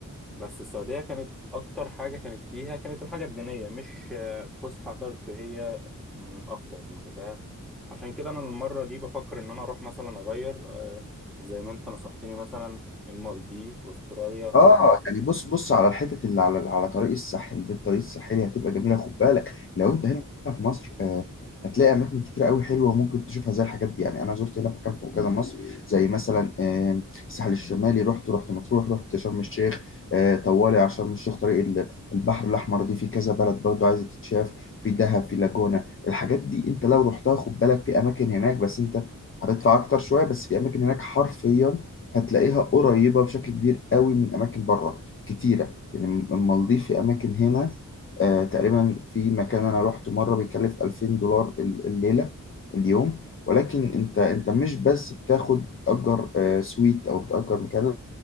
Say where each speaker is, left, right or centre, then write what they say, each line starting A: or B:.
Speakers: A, in the centre; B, on the left (about 40°).
A: بس السعودية كانت أكتر حاجة كانت فيها كانت الحاجة الدينية مش آه، فسحة ترفيهية م، أكتر أنت فاهم عشان كده أنا المرة دي بفكر إن أنا أروح مثلا أغير آه، زي ما أنت نصحتني مثلا المالديف أستراليا
B: آه، يعني بص بص على الحتت اللي على على طريق الساحل ده الطريق الساحلي هتبقى جميلة خد بالك لو انت هنا في مصر آه هتلاقي اماكن كتير قوي حلوه ممكن تشوفها زي الحاجات دي يعني انا زرت هنا مكان في كذا مصر زي مثلا آه، الساحل الشمالي رحت رحت مطروح رحت شرم الشيخ آه، طوالي على شرم الشيخ طريق ال- البحر الاحمر دي في كذا بلد برضو عايزه تتشاف في دهب في لاجونا الحاجات دي انت لو رحتها خد بالك في اماكن هناك بس انت هتدفع اكتر شويه بس في اماكن هناك حرفيا هتلاقيها قريبة بشكل كبير قوي من أماكن بره كتيرة يعني المالديف في أماكن هنا آه تقريبا في مكان أنا روحته مرة بيكلف 2000 دولار ال- الليلة اليوم ولكن أنت أنت مش بس بتاخد بتأجر آه سويت أو بتأجر مكان